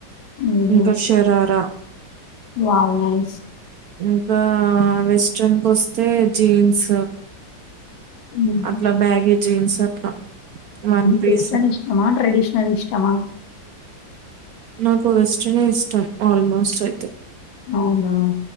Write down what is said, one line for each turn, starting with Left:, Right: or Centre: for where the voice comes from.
Left: హుహు.
Right: ఇంకా షరారా
Left: వావ్ నైస్
Right: ఇంకా వెస్ట్రన్ కు వస్తే జీన్స్
Left: హుహు.
Right: అట్లా బ్యాగే జీన్స్ అట్లా వన్ పీస్
Left: వెస్టర్న్ ఇష్టమా ట్రెడిషనల్ ఇష్టమా?
Right: నాకు వెస్ట్రనే ఇష్టం ఆల్మోస్ట్ అయితే
Left: అవునా